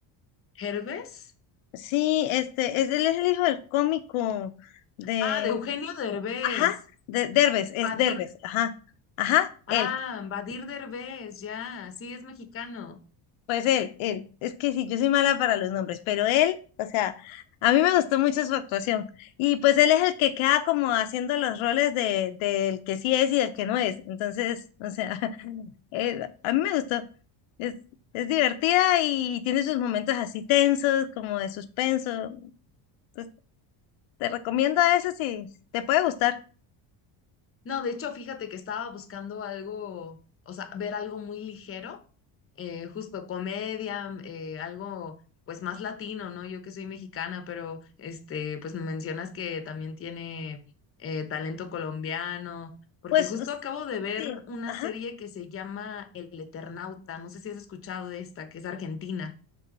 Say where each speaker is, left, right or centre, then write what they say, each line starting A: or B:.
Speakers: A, on the left; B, on the left.
A: Herbes?
B: Sí, este, es, él es el hijo del cómico de,
A: Ah, de Eugenio Derbez.
B: ajá, de Derbez,
A: Badir.
B: es Derbez, ajá, ajá,
A: Ah,
B: él,
A: Badir Derbez, ya. Sí, es mexicano.
B: pues él, él, es que sí, yo soy mala para los nombres, pero él, o sea, a mí me gustó mucho su actuación, y pues él es el que queda como haciendo los roles de, del que sí es y del que no es, entonces, o sea, <laughs> eh, a mí me gustó, es, es divertida y tiene sus momentos así tensos, como de suspenso, pues te recomiendo eso si te puede gustar.
A: No, de hecho, fíjate que estaba buscando algo, o sea, ver algo muy ligero, eh, justo comedia, mm, eh, algo pues más latino, ¿no? Yo que soy mexicana, pero este, pues me mencionas que también tiene eh, talento colombiano, porque
B: Pues
A: justo acabo de ver
B: sí,
A: una
B: ajá.
A: serie que se llama El Eternauta, no sé si has escuchado de esta, que es argentina.